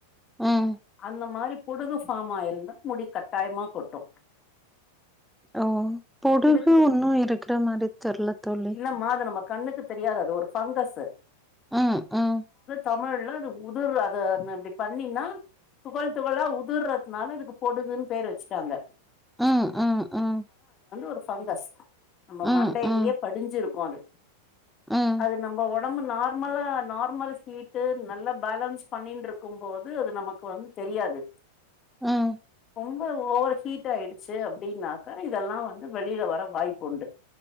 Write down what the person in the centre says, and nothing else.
ம்
ஓ பொடுகு
ஒன்னு இருக்கிற மாரி தெர்ல தோழி
ம் ம்
ம் ம் ம்
ம்
ம்
ம்
ம்